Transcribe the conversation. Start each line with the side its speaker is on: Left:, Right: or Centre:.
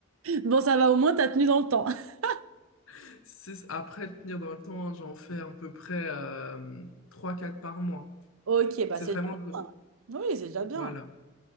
Right: Bon, ça va, au moins, t'as tenu dans le temps. <laughs>
Left: <laughs> c'est après tenir dans le temps, j'en fais à peu près euh, trois quatre par mois.
Right: Ok, bah
Left: C'est
Right: c'est
Left: vraiment
Right: déjà
Left: good.
Right: bien. Oui, c'est déjà bien.
Left: Voilà.